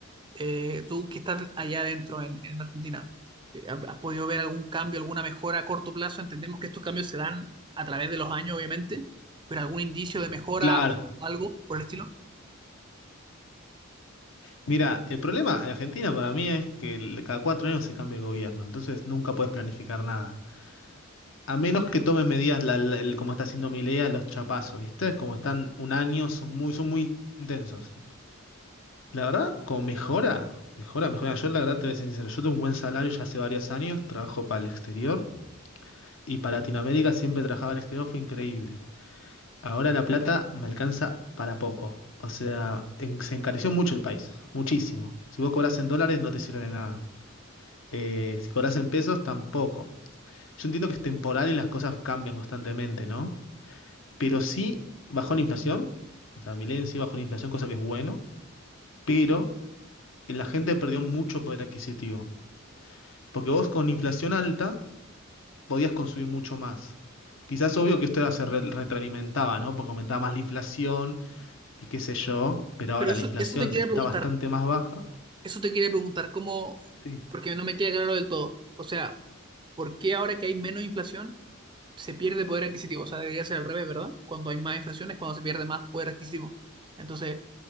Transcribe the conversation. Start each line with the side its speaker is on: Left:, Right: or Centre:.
Right: Eh, tú que estás allá adentro en, en Argentina, eh, ¿has has podido ver algún cambio, alguna mejora a corto plazo? Entendemos que estos cambios se dan a través de los años, obviamente, pero algún indicio de mejora
Left: Claro.
Right: o algo por el estilo.
Left: Mira, el problema de Argentina para mí es que el- cada cuatro años se cambia el gobierno, entonces nunca puedes planificar nada. A menos que tomes medidas la- la- el- como está haciendo Milei a los chapazos, ¿viste? Como están un año, son muy, son muy intensos. La verdad, como mejora, mejora, mejora. Yo la verdad te voy a ser sincero, yo tengo un buen salario ya hace varios años, trabajo para el exterior y para Latinoamérica siempre trabajaba al exterior, fue increíble. Ahora la plata me alcanza para poco. O sea, en- se encareció mucho el país, muchísimo. Si vos cobras en dólares no te sirve de nada. Eh, si cobras en pesos tampoco. Yo entiendo que es temporal y las cosas cambian constantemente, ¿no? Pero sí bajó la inflación, o sea, Milei en sí bajó la inflación, cosa que es bueno, pero la gente perdió mucho poder adquisitivo. Porque vos con inflación alta podías consumir mucho más. Quizás obvio que esto era- se re- retroalimentaba, ¿no? Porque aumentaba más la inflación y qué sé yo, pero ahora
Right: Pero eso,
Left: la inflación
Right: eso te quería
Left: está
Right: preguntar,
Left: bastante más baja.
Right: Eso te quería preguntar, ¿cómo?
Left: Sí.
Right: Porque no me queda claro del todo. O sea, ¿por qué ahora que hay menos inflación se pierde poder adquisitivo? O sea, debería ser al revés, ¿verdad? Cuando hay más inflación es cuando se pierde más poder adquisitivo. Entonces,